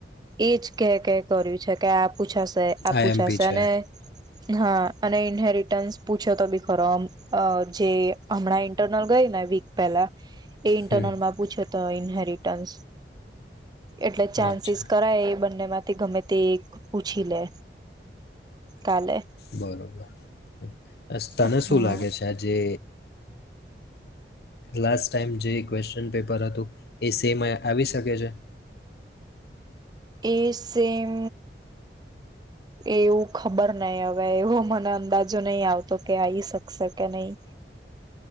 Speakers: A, on the right; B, on the left.
A: એજ કહે કહે કર્યું છે કે આ પૂછાશે, આ
B: આઈએમપી
A: પૂછાશે,
B: છે
A: અને હા, અને ઇન્હેરિટન્સ પૂછાતો બી ખરો, આમ જે હમણાં ઈન્ટરનલ ગઈ ને, વીક પેલા એ ઇન્ટરનલમાં
B: હમ
A: પૂછે. તો ઇન્હેરિટન્સ. એટલે ચાન્સીસ
B: અચ્છા
A: કરાય એ બંને એમાં ગમે તે એક પૂછી લે કાલે
B: બરોબર તને
A: હા
B: શું લાગે છે આજે લાસ્ટ ટાઈમ જે ક્વેશ્ચન પેપર હતું એ સેમ આવી શકે છે.
A: એ સેમ એવું ખબર નહીં હવે એવો મને અંદાજો નહી આવતો કે આવી શકશે કે નહી